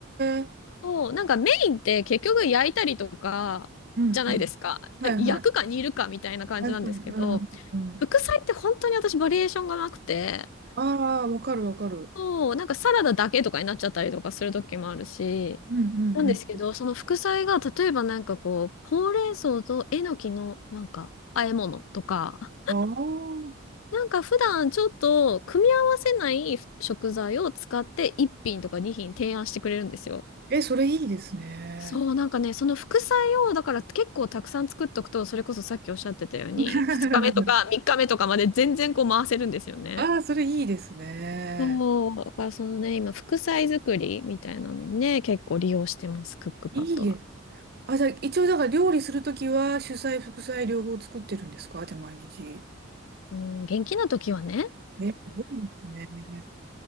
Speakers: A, on the right; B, on the left.
A: え。
B: そう、なんかメインって結局焼いたりとかじゃないですか。
A: うんうん。はいはい。
B: 焼くか煮るかみたいな感じなんですけど、
A: はいはいうんうん。
B: 副菜って本当に私バリエーションがなくて、
A: ああ、わかるわかる。
B: そう、なんかサラダだけとかになっちゃったりとかする時もあるし、
A: うんうん
B: なんですけど、その副菜が例えばなんかこう、ほうれん草とえのきのなんか和え物とか、
A: うん。ああ。
B: なんか普段ちょっと組み合わせない食材を使って1品とか2品提案してくれるんですよ。
A: え、それいいですね。
B: そう、なんかね、その副菜をだから結構たくさん作っとくと、それこそさっきおっしゃってたように、
A: <laughs>
B: 2日目とか3日目とかまで全然こう回せるんですよね。
A: ああ、それいいですね。
B: そう、だからそのね、今副菜作りみたいなのにね、結構利用してます、クックパッドは。
A: いいです。あ、じゃあ、一応、だから料理するときは、主菜、副菜、両方作ってるんですかじゃあ、毎日。
B: うん、元気な時はね、
A: え、すごいですね。